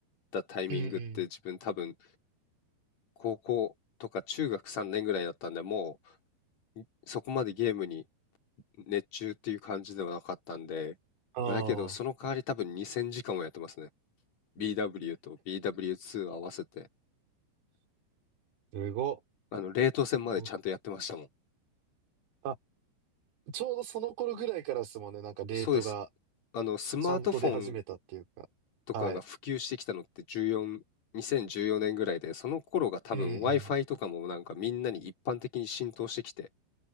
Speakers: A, on the left; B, on the right.
A: たタイミングって自分多分
B: うんうん。
A: 高校とか中学3年ぐらいだったんで、もうそこまでゲームに熱中っていう感じではなかったんで、
B: ああ、
A: まあ、だけどその代わり多分2000時間もやってますね。BW と BW2 合わせて、
B: すご
A: あの、冷凍戦までちゃんとやってましたもん。
B: っ。あ、ちょうどその頃ぐらいからですもんね、なんかレートが
A: そうです。あの、スマートフォン
B: ちゃんと出始めたっていうか。
A: とかが普及してきたのって14、
B: はい。
A: 2014年ぐらいで、その頃が多分
B: うんうん。
A: Wi-Fi とかもなんかみんなに一般的に浸透してきてっ